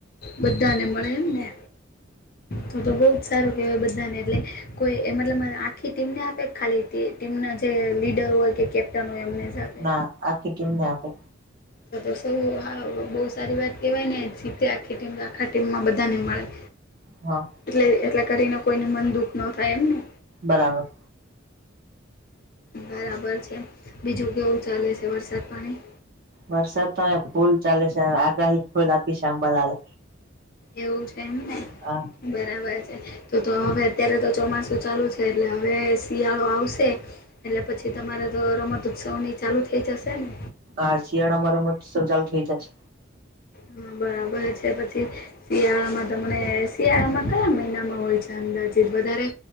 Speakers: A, on the left; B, on the right.
A: બધાને મળે એમને તોતો બહુ સારું કેહવાય બધાને દે કોઈએ <unintelligible> આખી ટીમને આપે ખાલી ટીમના જે લીડર હોય કે કેપ્ટન હોય એમને આપે
B: ના આખી ટીમને આપે.
A: તો તો સૌ બહુ સારી વાત કેહેવાય ને જીતે આખી ટીમ આખા ટીમમાં બધાને મળે
B: હા
A: એટલે એટલા કરીને કોઈને મન દુઃખ ન થાય એમ ને
B: બરાબર
A: બરાબર છે બીજું કેવું ચાલે છે વરસાદ પાણી
B: વરસાદ તો અહીં ફૂલ ચાલે છે આગાહી ફૂલ આપી છે આંબાલાલે
A: એવું છે એમને
B: હા
A: બરાબર છે. તો તો હવે અત્યારે તો ચોમાસું ચાલુ છે એટલે હવે શિયાળો આવશે. એટલે પછી તમારે તો રમત ઉત્સવની ચાલુ થઈ જશે ને
B: હ શિયાળ અમારા મત સ ચાલુ થઈ જાય છે
A: હા બરાબર છે પછી શિયાળામાં તમને શિયાળામાં કયા મહિનામાં હોય છે અંદાજીિત વધારે